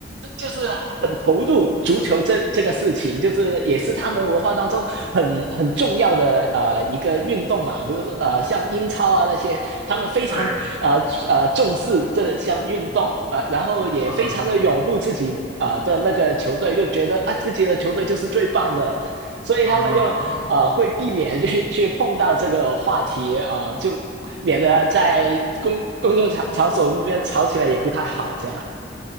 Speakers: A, on the right (about 65°); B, on the right (about 35°).
A: 就是很投入足球这这个事情，就是也是他们文化当中很很重要的呃一个运动嘛。比如说呃像英超啊那些，他们非常呃呃重视这项运动，
B: 对，
A: 呃然后也非常的拥护自己啊呃的那个球队，
B: 嗯，
A: 就觉得啊自己的球队就是最棒的，所以他们就呃会避免去去碰到这个话题啊、
B: 哦，
A: 呃，就免得在公公众场场所那边吵起来也不太好这样。